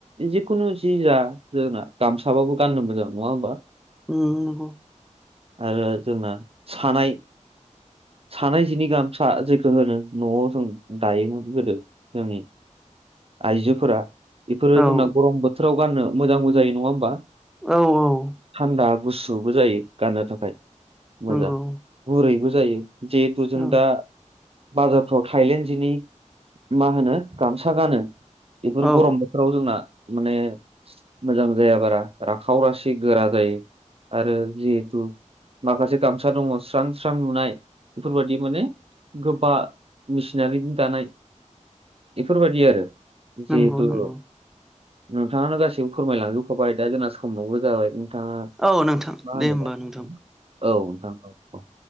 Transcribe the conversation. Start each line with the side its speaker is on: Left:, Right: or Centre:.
Right: जिखुनु जि जा जोंना। गामसाबाबो गाननो मोजां नङा होमबा?
Centre: ओ नंगौ।
Right: आरो जोंना सानाय सानाय जिनि गाहामसा जेखौ होनो न'आव जों दायोमोन गोदो जोंनि। आइजोफोरा। बेफोरो
Centre: औ
Right: जोंना गरम बोथोराव गाननो मोजांबो जायो नङा होमबा।
Centre: औ औ
Right: थान्दा गुसुबो जायो गाननो थाखाय
Centre: नंगौ
Right: मोजां। गुरैबो जायो जिहेथु जों
Centre: औ
Right: दा बाजारफ्राव थायलेण्ड जिनि मा होनो गामसा गानो। बेफोर
Centre: औ
Right: गरम बोथोराव जोंना माने मोजां जाया बारा राखाव रासि गोरा जायो। आरो जिहेथु माखासे गामसा दङ स्रां स्रां नुनाय। बेफोरबायदि माने गोबा मेचिनारि जि दानाय बेफोरबादि आरो
Centre: नंगौ
Right: जिहेथु
Centre: नंगौ
Right: नोंथाङानो गासैबो फोरमायलांजोब खाबाय दा जोंना सोमाबो जाबाय। नथाङा
Centre: औ नोंथां
Right: मा होनो
Centre: दे होमबा
Right: दा
Centre: नोंथां
Right: औ नोंथां। औ